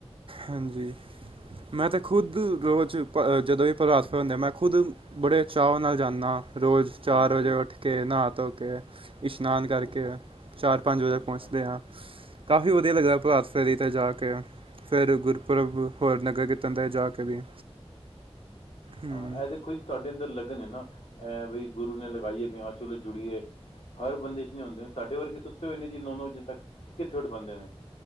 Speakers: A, on the right (about 55°); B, on the left (about 70°).
A: ਹਾਂਜੀ, ਮੈਂ ਤੇ ਖੁੱਦ ਰੋਜ ਪ ਜਦੋਂ ਵੀ ਪ੍ਰਭਾਤ ਫੇ ਹੋਂਦੀ, ਮੈਂ ਖੁੱਦ ਬੜੇ ਚਾਵਾਂ ਨਾਲ ਜਾਂਨਾ, ਰੋਜ ਚਾਰ
B: ਹਾਂਜੀ
A: ਵਜੇ ਓਠੱ ਕੇ ਨਾਅ ਧੋ ਕੇ, ਇਸ਼ਨਾਨ ਕਾਰਕੇ
B: ਉਹ
A: ਚਾਰ ਪਾੰਜ ਵਜੇ
B: ਹਾਂਜੀ
A: ਪੋਂਚਦੇ
B: ਹਾਂਜੀ
A: ਆਂ। ਕਾਫੀ ਵਦੀਆ ਲਗਦੈ ਪ੍ਰਭਾਤ ਫੇਰੀ ਤੇ ਜਾ ਕੇ ਫੇਰ ਗੁਰਪੁਰਬ,
B: ਹਮ,
A: ਹੋਰ ਨਗਰ ਕੀਰਤਨ ਤੇ ਜਾ ਕੇ ਵੀ। ਹੂੰ
B: ਹਾਂ, ਐ ਦੇਖੋ ਈ ਤੂਆਡੇ ਅੰਦਰ ਲਗਨ ਏ ਨਾ, ਐ ਬਈ ਗੁਰੂ ਨੇ ਲਗਾਈ ਏ, ਵੀ ਹਾਂ ਚਲੋ ਜੁੜੀਏ। ਹਰ ਬੰਦੇ ਚ ਨੀ ਹੋਂਦੇ, ਸਾਡੇ ਵਰਗੇ ਸੁੱਤੇ ਹੋਏ ਨੇ ਜੀ ਨੌ, ਨੌ ਵਜੇ ਤੱਕ, ਕਿੱਥੇ ਉਠ ਪਾਂਦੇ ਨੇ